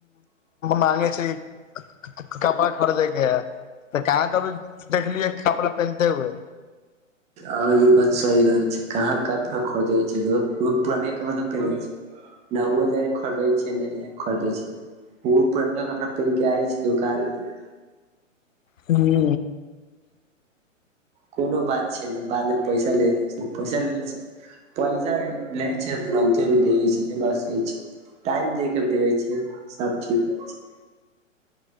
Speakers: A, on the left; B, on the right.
A: मांगे छै कपड़ा कपड़ देखे है तऽ कहाँ कभी देखलियै कपड़ा पहिने हुए
B: आ ई बात सही रहै छै कहाँ कपड़ा खोदे छै पुराने कपड़ा तऽ पेरै छै न हुआ जाय खरीदे छै ने खरीदे छै ओ पुरनका कपड़ा पहिन के आय छै दुकान परे
A: हू
B: कोनो बात छै ने बादमे पैसा ले लै छै पैसा लै छै पैसा लै छै तुरन्ते भी देै छै बस हो छै टाइम दे कर देबे छै सब ठीक होइ छै